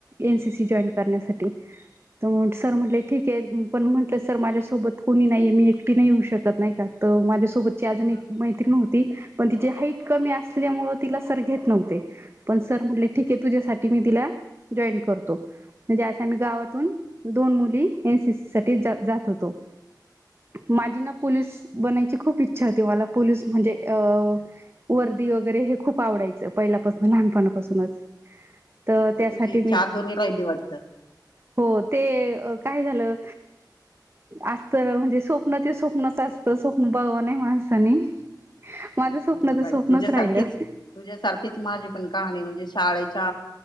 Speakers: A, on the right; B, on the left.
A: एनसीसी जॉईन करण्यासाठी... तर सर म्हटले ठीक आहे.... पण म्हटलं सर माझ्यासोबत कोणी नाहीे मी एकटी नाही. येऊ शकत नाही का माझ्यासोबत.... अजून
B: हा
A: एक मैत्रीण होती पण तिची हाईट कमी असल्यामुळे तिला सर घेत नव्हते.... पण सर म्हणले ठीक आहे तुझ्यासाठी मी तिला जॉईन करतो..... म्हणजे असं आम्ही गावातून दोन मुली एनसीसी... सगळीच जात होतो माझी ना पोलीस बनायची खूप इच्छा..... अच्छा ते मला पोलीस म्हणजे अ... वर्दी वगैरे हे खूप आवडायचं पहिल्यापासून लहानपणापासूनच... तर
B: मग
A: त्यासाठी
B: तुझी
A: मी
B: हा अधुरी राहिली वाटतं?
A: हो ते काय झालं....
B: <unintelligible>
A: असत म्हणजे स्वप्न ते स्वप्नच असतं स्वप्न बघु नये माणसानी.... माझं स्वप्नच
B: हो बाई
A: स्वप्नच
B: तुझ्यासारखीच
A: राहिलं....
B: तुझ्यासारखीच माझी पण कहाणी म्हणजे शाळेच्या